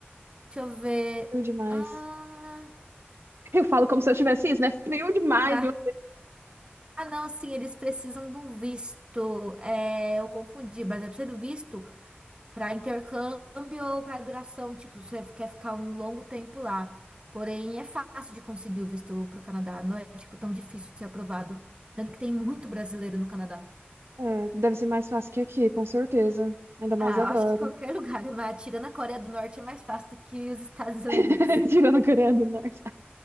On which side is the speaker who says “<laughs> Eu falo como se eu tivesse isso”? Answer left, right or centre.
Right